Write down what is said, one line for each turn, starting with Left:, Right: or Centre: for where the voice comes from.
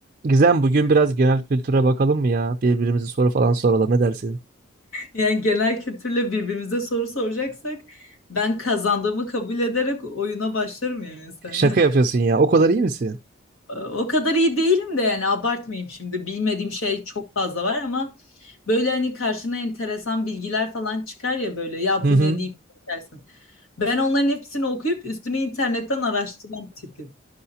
Right: Gizem bugün biraz genel kültüre bakalım mı ya? Birbirimize soru falan soralım ne dersin?
Left: Yani genel kültürle birbirimize soru soracaksak ben kazandığımı kabul ederek oyuna başlarım yani seninle.
Right: Şaka
Left: <laughs>
Right: yapıyorsun ya. O kadar iyi misin?
Left: O kadar iyi değilim de yani abartmayayım şimdi. Bilmediğim şey çok fazla var ama böyle hani karşına enteresan bilgiler falan çıkar ya böyle ya
Right: Hı
Left: bu
Right: hı.
Left: ne deyip geçersin. Ben onların hepsini okuyup üstüne internetten araştıran tipim.